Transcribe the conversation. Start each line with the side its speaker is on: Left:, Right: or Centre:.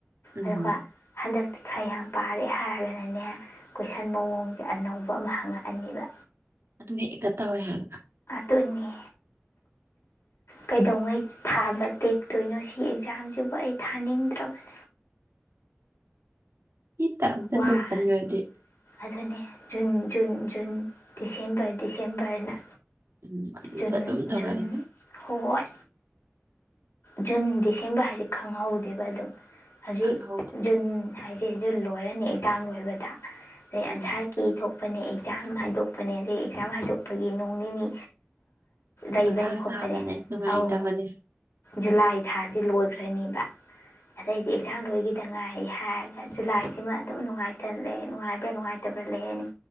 Right: ꯎꯝ
Left: ꯑꯗꯨꯒ ꯍꯟꯗꯛꯇꯤ ꯈꯔ ꯌꯥꯝ ꯄꯥꯔꯦ ꯍꯥꯏꯔꯒꯅꯅꯦ ꯀꯣꯏꯁꯟ ꯃꯑꯣꯡꯁꯦ ꯑꯅꯧꯕ ꯄꯣ ꯑꯃ ꯍꯪꯉꯛꯑꯅꯤꯕ
Right: ꯑꯗꯨ ꯍꯦꯛꯇ ꯇꯧꯋꯦ ꯍꯥꯏꯕ
Left: ꯇꯅꯤ ꯀꯩꯗꯧꯉꯩ ꯊꯥꯕ ꯇꯦꯛꯇꯣꯏꯅꯣ ꯁꯤ ꯑꯦꯛꯖꯥꯝꯁꯤꯕꯨ ꯑꯩ ꯊꯥꯅꯤꯡꯗ꯭ꯔꯕꯅꯦ
Right: ꯏꯠꯇꯟ
Left: ꯋꯥꯔꯦ
Right: ꯅꯣꯜꯖꯜꯒ꯭ꯔꯗꯤ
Left: ꯑꯗꯨꯅꯦ ꯖꯨꯟ ꯖꯨꯟ ꯖꯨꯟ ꯗꯤꯁꯦꯝꯕꯔ ꯗꯤꯁꯦꯝꯕꯔꯅ
Right: ꯎꯝ ꯑꯗꯨꯗ
Left: ꯖꯨꯜ
Right: ꯑꯗꯨꯝ ꯇꯧꯔꯒ
Left: ꯖꯨꯜ ꯍꯣꯏ ꯖꯨꯟ ꯗꯤꯁꯦꯝꯕꯔ ꯍꯥꯏꯁꯦ ꯈꯪꯍꯧꯗꯦꯕ ꯑꯗꯨꯝ ꯍꯧꯖꯤꯛ
Right: ꯈꯪꯍꯧꯗꯦ
Left: ꯖꯨꯅꯦꯥ ꯍꯥꯏꯗꯤꯖꯨꯅꯤ ꯂꯣꯏꯔꯅꯤ ꯏꯖꯝ ꯂꯣꯏꯕꯗ
Right: ꯎꯝ
Left: ꯑꯟꯁꯥꯔ ꯀꯤꯊꯣꯛ ꯍꯥꯄꯅꯦ ꯑꯦꯛꯖꯥꯝ ꯍꯥꯏꯗꯣꯛꯄꯅꯦ ꯑꯗꯩ ꯑꯦꯛꯖꯥꯝ ꯍꯥꯏꯗꯣꯛꯄꯒꯤ ꯅꯣꯡ ꯅꯤꯅꯤ ꯂꯩꯕꯅꯦ
Right: ꯃꯊꯥ
Left: ꯈꯣꯠꯄꯅꯦ
Right: ꯁꯥꯕꯅꯦ ꯅꯨꯡꯉꯥꯏꯇꯕꯅꯦ
Left: ꯑꯧ ꯖꯨꯂꯥꯏ ꯊꯥꯥꯁꯦ ꯂꯣꯏꯈ꯭ꯔꯅꯦꯕ ꯑꯗꯩꯗꯤ ꯑꯦꯛꯖꯥꯝ ꯂꯣꯏꯈꯤꯗꯉꯥꯏ ꯍꯥꯏꯔꯒ ꯖꯨꯂꯥꯏꯁꯤꯃ ꯑꯗꯨꯝ ꯅꯨꯡꯉꯥꯏꯇꯅ ꯂꯩ ꯅꯨꯡꯉꯥꯏꯕ꯭ꯔꯥ ꯅꯨꯡꯉꯥꯏꯇꯕ꯭ꯔꯥ ꯂꯩꯔꯅꯤ